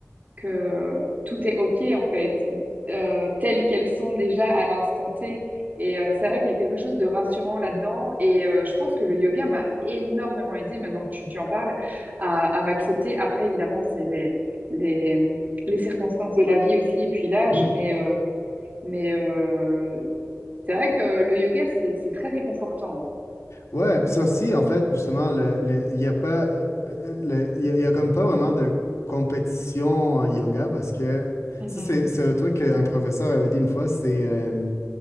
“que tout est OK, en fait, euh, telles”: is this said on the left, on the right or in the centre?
Right